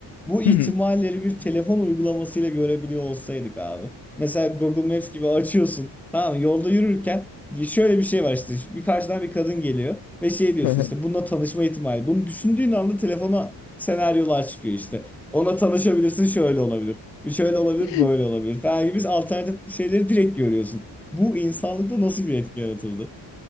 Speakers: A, in the centre; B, on the left.
A: Bu ihtimalleri
B: Hı
A: bir telefon uygulamasıyla görebiliyor olsaydık abi. Mesela Google Maps gibi açıyorsun. Tamam mı? yolda yürürken şöyle bir şey var işte. Bir karşıdan bir kadın geliyor ve şey diyorsun
B: hı.
A: işte bununla tanışma ihtimali. Bunu düşündüğün anda telefona senaryolar çıkıyor işte. Ona tanışabilirsin şöyle olabilir. Şöyle olabilir
B: <laughs>
A: böyle olabilir falan gibi alternatif şeyleri direkt görüyorsun. Bu insanlıkta nasıl bir etki yaratırdı?